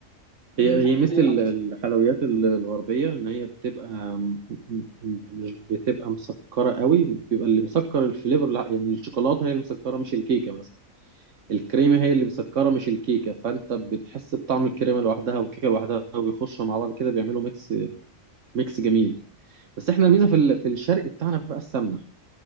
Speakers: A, on the right; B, on the right.
A: انت
B: هي
A: بتحب
B: هي ميزة
A: ايه
B: ال-
A: اكتر
B: الحلويات ال- الغربية إن هي بتبقى م- م- مش بتبقى مسكرة قوي بيبقى اللي مسكر الفليفر الع- يعني الشوكولاتة هي اللي مسكرة مش الكيكة مثلا الكريمة هي اللي مسكرة مش الكيكة فأنت بتحس بطعم الكريمة لوحدها والكيكة لوحدها وبيخشوا مع بعض كده بيعملوا ميكس ميكس جميل بس احنا الميزة في ال- في الشرق بتاعنا بقى السمنة